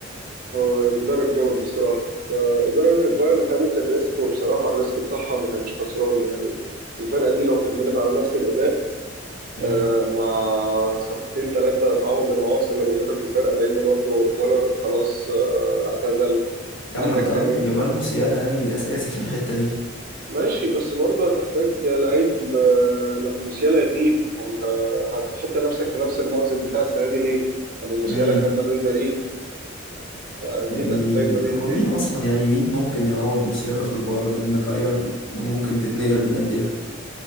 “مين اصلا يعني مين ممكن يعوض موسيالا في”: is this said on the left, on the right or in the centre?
Left